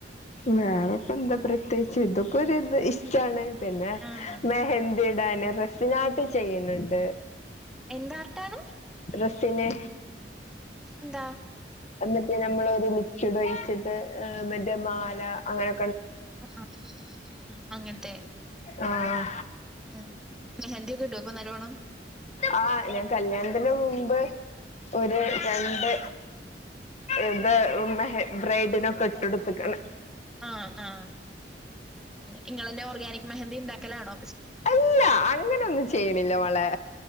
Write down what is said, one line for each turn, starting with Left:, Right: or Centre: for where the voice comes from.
Left: വേറെപ്പ എന്താ പ്രത്യേകിച്ച് ഇതൊക്കെ ഒരുത് ഇഷ്ടാണ് പിന്നെ
Centre: ആഹ്
Left: മെഹന്തി ഇതന്നെ റസ്ിനാട്ട് ചെയ്യുന്നുണ്ട്
Centre: എന്താർട്ടാണ്
Left: റസിന്
Centre: ആന്താ
Left: അന്നിട്ട് നമ്മളൊ ഒരു ലിക്വിഡ് ഒഴിച്ചിട്ട് മറ്റേ മാല അങ്ങനെ
Centre: ആ ആ അങ്ങനത്തെ
Left: ആഹ
Centre: ആ മെഹന്തി ഒക്കെ ഇടുവൊ അപ്പൊ നല്ലോണം
Left: ആഹ് ഞാൻ കല്യാണത്തിന് മുമ്പ് ഒരു
Centre: ആഹ്
Left: രണ്ട് ഇത് മെ ബ്രെഡിനൊക്കെ ഇട്ടെടുത്തക്കണ
Centre: ആ ആ നിങ്ങൾ തന്നെ ഓർഗാനിക് മെഹന്തി ഉണ്ടാക്കലാണോ
Left: അല്ല അങ്ങനൊന്നും ചെയ്യണില്ല മളെ